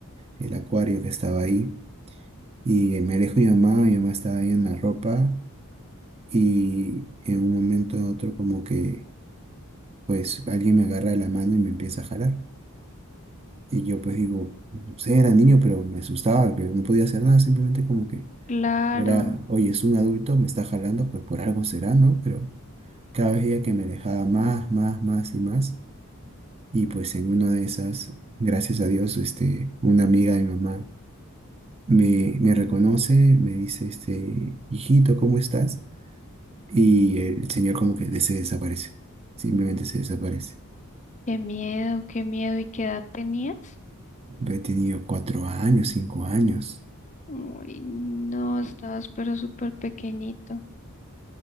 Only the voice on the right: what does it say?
el acuario que estaba ahí y eh, me alejo de mi mamá, mi mamá estaba ahí en la ropa y en un momento u otro como que pues alguien me agarra de la mano y me empieza a jalar. Y yo pues digo, no sé, era niño, pero me asustaba, pero no podía hacer nada, simplemente como que
era, oye, es un adulto, me está jalando, pues por algo será, ¿no? Pero cada vez ella que me alejaba más, más, más y más. Y pues en una de esas, gracias a Dios, este, una amiga de mi mamá me, me reconoce, me dice, este, hijito, ¿cómo estás? Y el señor como que de- se desaparece, simplemente se desaparece.
He tenido cuatro años, cinco años.